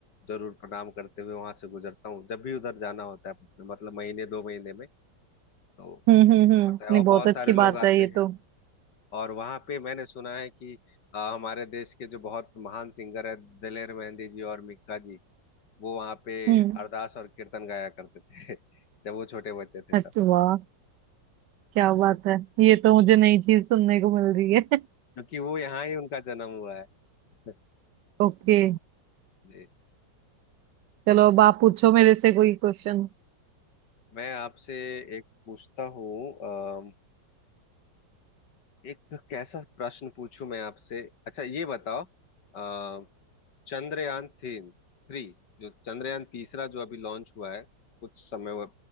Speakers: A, on the left; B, on the right.
A: जरूर प्रणाम करते हुए वहां से गुजरता हूँ जब भी उधर जाना होता है अपने- मतलब महीने दो महीने में तो
B: हम्म हम्म
A: ये
B: हम्म
A: तो पता है और
B: नहीं बहुत
A: बहुत
B: अच्छी
A: सारे लोग
B: बात
A: आते
B: है ये
A: हैं
B: तो
A: और वहां पे मैंने सुना है कि अ, हमारे देश के जो बहुत महान सिंगर है दिलेर मेहंदी जी और मिक्का जी वो वहां पे
B: हम्म
A: अरदास और कीर्तन गाया करते थे <laughs> जब वो छोटे बच्चे थे तब
B: अच्छा वाह क्या
A: <laughs>
B: बात है ये तो मुझे नई चीज सुनने को मिल रही है <laughs>
A: क्योंकि वो यहाँ ही उनका जन्म हुआ है <laughs>
B: ओके
A: जी
B: चलो अब आप पूछो मेरे से कोई क्वेश्चन
A: मैं आपसे एक पूछता हूँ एक कैसा प्रश्न पूछूं मैं आपसे अच्छा ये बताओ अ, चंद्रयान तीन थ्री जो चंद्रयान तीसरा जो अभी लॉन्च हुआ है कुछ समय व-